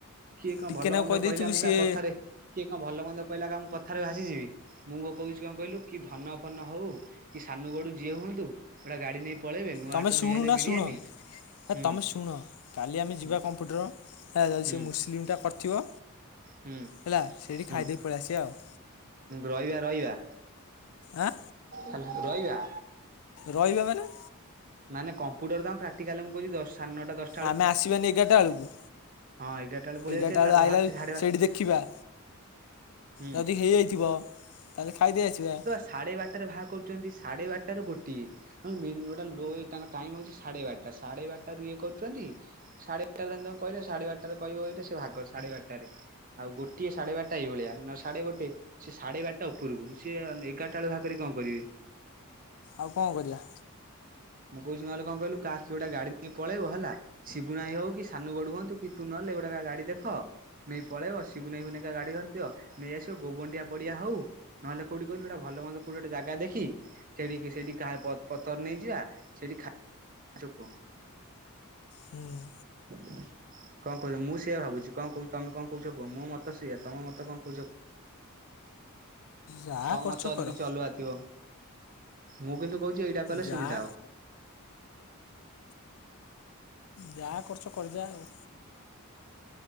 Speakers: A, on the right; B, on the left.
A: କିଏ କଣ
B: ଟିକେ
A: ଭଲ
B: ନାକୁ
A: ମନ୍ଦ
B: କହିଦେଇଥିବୁ
A: କହିଲା ମୁଁ
B: ସିଏ
A: କା କଥାରେ କିଏ କଣ ଭଲ ମନ୍ଦ କହିଲା କା ମୁଁ କଥାରେ ଭାସିଯିବି। ମୁଁ କଣ କହୁଛି କଣ କହିଲୁ କି ଧନ ଫନ ହଉ କି ସାନୁ ଗଡୁ ଜିଏ ହୁଅନ୍ତୁ ଗୋଟା ଗାଡି ନେଇ ପଳେଇବେ ନୂଆହାଟ
B: ତମେ
A: ରୁ
B: ଶୁଣୁ
A: ନେଇଆଇଲେ
B: ନା
A: ବିରିୟାନୀ
B: ଶୁଣ ହେ
A: ହୁଁ
B: ତମେ ଶୁଣ କାଲି ଆମେ
A: ହୁଁ
B: ଯିବା କମ୍ପ୍ୟୁଟର ଯଦି
A: ହୁଁ
B: ସେ ମୁସଲିମଟା କରିଥିବ
A: ହୁଁ
B: ହେଲା ସେଇଠି
A: ହୁଁ
B: ଖାଇଦେଇ ପଳେଇଆସିଵା ଆଉ।
A: ରହିବା ରହିବା
B: ଆଁ
A: ହେଲା ରହିବା।
B: ରହିବା ମାନେ?
A: ମାନେ କମ୍ପୁଟରତ ଆମେ ପ୍ରାକ୍ଟିକାଲ ମୁଁ କହୁଚି ଦଶ ସାଢେନଅଟା ଦଶ
B: ଆମେ ଆସିବାନି ଏଗାରଟା ଏଳକୁ
A: ହଁ ଏଗାରଟା ବେଳକୁ ପଳେଇ
B: ଏଗାରଟା
A: ଯାଉଛେ ତାର
B: ବେଳୁ
A: ବାହାରୁଛି
B: ଆଇଲାବେଳୁ
A: ସାଢେ ବାର
B: ସେଇଠି ଦେଖିବା।
A: ହୁଁ
B: ଯଦି ହେଇଯାଇଥିବ ତାହେଲେ ଖାଇଦେଇ ଆସିବା।
A: ସାଢ଼େ ବାରଟାରେ ବାହା କରୁଛନ୍ତି ସାଢେ ବାରଟାରୁ ଗୋଟିଏ ଲୋ ତାଙ୍କ ଟାଇମ ହଉଛି ସାଢେ ବାରଟା ସାଢେ ବାରଟାରୁ ଇଏ କରୁଛନ୍ତି ସାଢେ ଏାରଟା ତା କହିଲେ ସାଢୋରଟାରେ କହିବ ଏଇଟ ସେ ଭଗ ସାଢେବାରଟାରେ? ଆଉ ଗୋଟିଏ ସାଢେ ବାରଟା ଏଇ ଭଳିଆ ନ ସାଢେ ଗୋଟେ। ସେ ସାଢେ ବାରଟା ଉପରକୁ ସିଏ ଏଗାରଟା ବେଳକୁ ବାହାକରିକି କଣ କରିବେ।
B: ଆଉ କଣ କରିବା?
A: ମୁଁ କହୁଛିି ନହେଲେ କଣ କହିଲୁ କାହାକ ଗୋଟ ଗାଡି ନେଇ ପଳେଇବ ହେଲା। ଶିବୁଣାଇଁ ହଉ କି ସାନୁ ଗଡ ହୁଅନ୍ତୁ କି ତୁ ନହେଲେ ଗୁଟାକ ଗାଡି ଦେଖ ନେଇ ପଳେଇବ ସିବୁ ନେଇବୁ ନକା ଗାଡି ଘରିଥିବ ନେଇ ଆସିବ ଗୋବଣ୍ଡିଆ ପଡିଆ ହଉ ନହେଲେ କୋଉଠି କହିଲୁ ଏଟା ଭଲ ମନ୍ଦ କୋଉଠି ଗୋଟେ ଜାଗା ଦେଖି ସେଠିକି ସେଠି କାହା ପତର ନେଇଯିବା ସେଠି ଖାୋ
B: ହୁଁ।
A: <inaudible> କଣ କହୁଛ ମୁଁ ସେଇଆ ଭାବୁଛି କଣ କହୁଛ ତମେ କଣ କହୁଛ ମୋ ମତ ସିଇଆ ତମ ମତ କଣ କହୁଛ
B: ଯାହା
A: ତମ
B: କରୁଛ
A: ମତଜଦି
B: କର
A: କିଛି ଅଲଗା ଥିବ। ମୁଁ କିନ୍ତୁ କହୁଛି ଏଇଟା କଲେ
B: ଯାହା
A: ସୁବିଧା ହବ।
B: ଯାହା କରୁଚ କରିଯା ଆଉ।